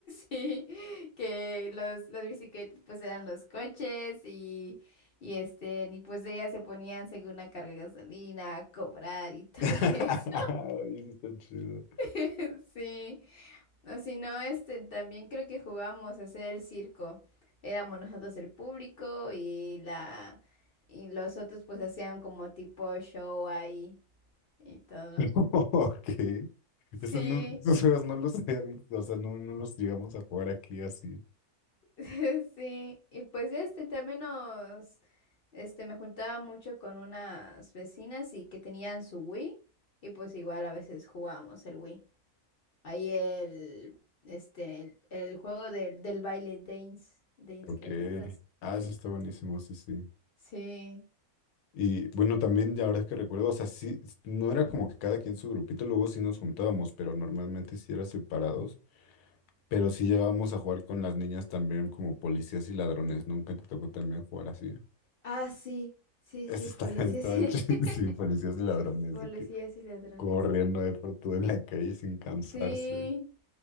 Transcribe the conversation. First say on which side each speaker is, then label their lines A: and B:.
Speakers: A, on the left; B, on the left.
A: Sí, que los, las bicicletas pues eran los coches y, y este, y pues ellas se ponían según la carga de gasolina a cobrar y todo
B: <laughs>
A: <laughs> eso.
B: Ay, eso está chido.
A: <laughs> Sí. No, si no, este, también creo que jugábamos a hacer el circo. Éramos nosotros el público y la y los otros pues hacían como tipo show ahí y todo.
B: <laughs> Ok.
A: Sí,
B: Eso no, esos juegos no los habían- o sea, no, no los llegamos a jugar aquí así.
A: <laughs> sí. Y pues este también nos este me juntaba mucho con unas vecinas y que tenían su Wii y pues igual a veces jugábamos el Wii. Ahí el este el, el juego del, del baile Dance Dance
B: Ok.
A: Game, algo así.
B: Ah, eso está buenísimo, sí, sí.
A: Sí.
B: Y bueno, también ya ahora que recuerdo, o sea, sí, s- no era como que cada quien su grupito, luego sí nos juntábamos, pero normalmente sí era separados. Pero sí llegábamos a jugar con las niñas también como policías y ladrones. Nunca te tocó también jugar así.
A: Ah, sí, sí,
B: Eso
A: sí,
B: estaba,
A: policías
B: <laughs> estaba
A: y...
B: chido, sí, policías
A: <laughs>
B: y ladrones,
A: policías
B: de que
A: y ladrones.
B: corriendo de por toda la calle sin cansarse.
A: Sí,